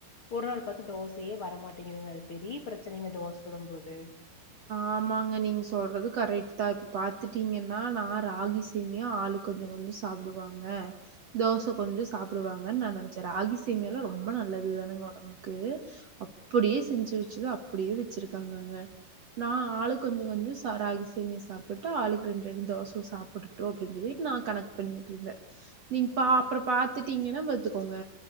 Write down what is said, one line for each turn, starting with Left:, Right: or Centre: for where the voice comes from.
Left: ஒரு நாள் பாத்து தோசையே வரமாட்டீங்குதுங்க அது பெரிய பிரச்சனைங்க தோச சுடம் போது
Right: ஆமாங்க நீங்க சொல்றது கரெக்ட்டு தா இப்ப பாத்துட்டீங்கன்னா நா ராகி சே சேமியா ஆளுக்கு கொஞ்சோ கொஞ்சோ சாப்புடுவாங் க தோச கொஞ்சோ சாப்புடுவாங்கன்னு நா நெனச்ச ராகி சேமியாலா ரொம்ப நல்லதுதானுங்க ஒடம்பு க்கு அப்படியே செஞ்சு வெச்சது அப்படியே வெச்சிருக்காங்கங்க நா ஆளுக்கு கொஞ்சோ கொஞ்சோ சா ராகி சேமியா சாப்புட்டு ஆளுக்கு ரெண்டு ரெண்டு தோச சாப்படட்டு அப்டின்னு சொல்லீட்டு நா கணக் பண்ணீட்டுருந்த நீங்க பா அப்பறோ பாத்துட்டீங்கன்னா பாத்துக்கோங்க